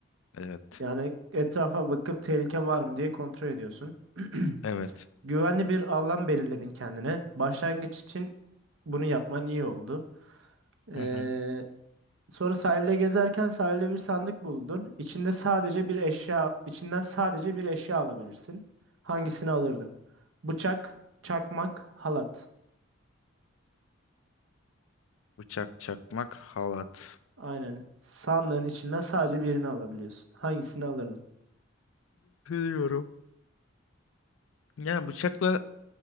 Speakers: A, on the left; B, on the right.
A: Evet.
B: Yani etrafa bakıp tehlike var mı diye kontrol ediyorsun. <clears throat>
A: Evet.
B: Güvenli bir alan belirledin kendine. Başlangıç için bunu yapman iyi oldu. Ee,
A: Hı hı.
B: sonra sahilde gezerken sahilde bir sandık buldun. İçinde sadece bir eşya, içinden sadece bir eşya alabilirsin. Hangisini alırdın? Bıçak, çakmak, halat.
A: Bıçak, çakmak, halat.
B: Aynen. Sandığın içinden sadece birini alabiliyorsun. Hangisini alırdın?
A: Biliyorum. Yani bıçakla